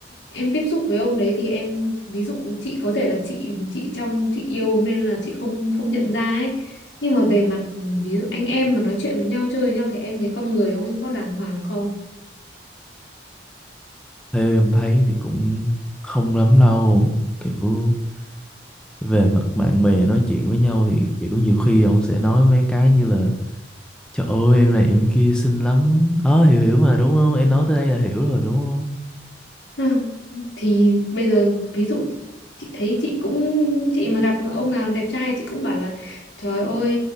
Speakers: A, on the left (about 80°); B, in the centre.
A: em tiếp xúc với ông đấy thì em ví dụ chị có thể là chị chị trong chị yêu ông nên là chị không không nhận ra ấy. Nhưng mà về mặt ví dụ anh em mà nói chuyện với nhau chơi với nhau thì em thấy con người ông ấy có đàng hoàng không?
B: Theo em thấy thì cũng không lắm đâu. Kiểu về mặt bạn bè nói chuyện với nhau thì kiểu nhiều khi ông sẽ nói mấy cái như là Trời ơi em này em kia xinh lắm. Đó hiểu hiểu mà đúng không? Em nói tới đây là hiểu rồi đúng không?
A: À, Thì bây giờ ví dụ chị thấy chị cũng chị mà gặp ông nào đẹp trai chị cũng bảo là trời ơi